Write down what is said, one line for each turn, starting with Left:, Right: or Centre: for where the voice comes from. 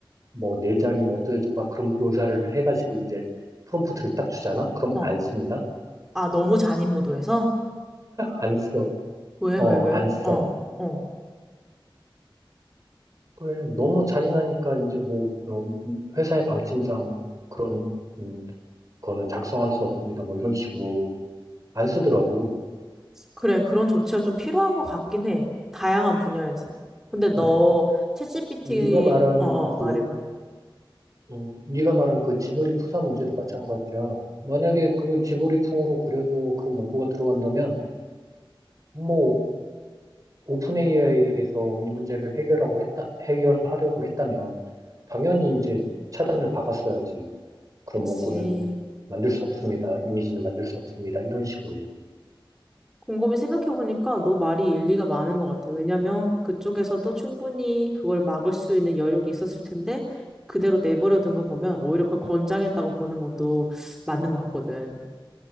Right: 뭐 내장이 뭐 어쩌고 막 그런 묘사를 해가지고 이제 프롬프트를 딱 주잖아? 그럼
Centre: 어.
Right: 안 쓴다?
Centre: 아, 너무 잔인무도해서?
Right: 안 써.
Centre: 왜,
Right: 어,
Centre: 왜, 왜?
Right: 안 써.
Centre: 어, 어.
Right: 그래, 너무 잔인하니까 이제 뭐 어, 회사의 방침상 그런 음, 거는 작성할 수 없습니다. 뭐 이런 식으로 안 쓰더라고.
Centre: 그래, 그런 조치가 좀 필요한 것 같긴 해. 다양한 분야에서. 근데 너,
Right: 음,
Centre: 챗GPT,
Right: 네가 말한
Centre: 어어,
Right: 그
Centre: 말해봐.
Right: 음, 네가 말한 그 지브리 푸사 문제도 마찬가지야. 만약에 그 지브리 풍으로 그려줘 그런 문구가 들어간다면 뭐 오픈 AI에서 이 문제를 해결하고 했다, 해결하려고 했다면 당연히 이제 차단을 박았어야지. 그런
Centre: 그치.
Right: 문구는 만들 수 없습니다. 이미지는 만들 수 없습니다. 이런 식으로.
Centre: 곰곰이 생각해보니까 너 말이 일리가 많은 것 같아. 왜냐면 그쪽에서도 충분히 그걸 막을 수 있는 여력이 있었을 텐데, 그대로 내버려둔 거 보면 오히려 그걸 권장했다고 보는 것도 맞는 것 같거든.